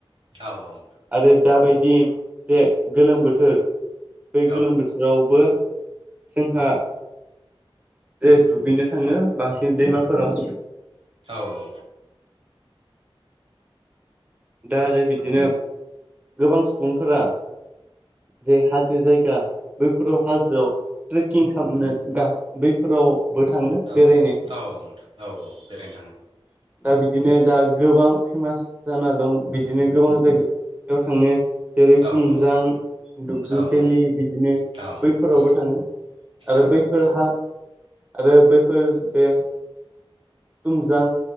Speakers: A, on the right; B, on the right.
A: औ उम
B: आरो दाबायदि <inaudible> गोलोम बोथोर बे
A: औ
B: गोलोम बोथोरावबो जोंहा जे दुगैनो थाङो बांसिन दैमाफोराव
A: औ औ
B: दा आरो बिदिनो गोबां सुबुंफोरा जे हाजो जायगा बैफोराव हाजोआव ट्रेकिं खालामनो बा बैफोराव बो थाङो
A: औ
B: बेरायनो
A: औ औ नोंथां औ बेरायनो
B: दा बि बिदिनो दा गोबां फेमास जाना दं बिदिनो गोबां जायगायाव थांनो जेरै
A: थाङो
B: तुमजां
A: औ नोंथां
B: दुकजु
A: औ
B: भेलि बिदिनो
A: औ
B: बैफोरावबो
A: उम
B: थाङो आरो
A: औ
B: बैफोर हा आरो बैफोर जे थुमजां